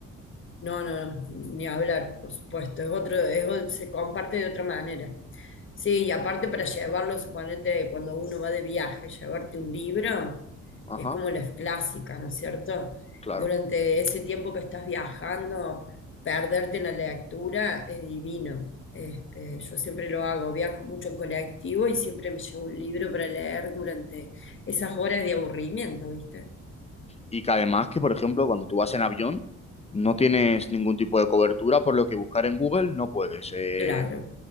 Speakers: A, on the left; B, on the left.
A: No, no, ni hablar, por supuesto. Es otro, es o- se comparte de otra manera. Sí, y aparte para llevarlo, suponete, cuando uno va de viaje, llevarte un libro,
B: Ajá,
A: es como la clásica, ¿no es cierto?
B: claro.
A: Durante ese tiempo que estás viajando, perderte en la lectura es divino. Este, yo siempre lo hago, viajo mucho en colectivo y siempre me llevo un libro para leer durante esas horas de aburrimiento, ¿viste?
B: Y que además que, por ejemplo, cuando tú vas en avión, no tienes ningún tipo de cobertura, por lo que buscar en Google no puedes. Eh,
A: Claro,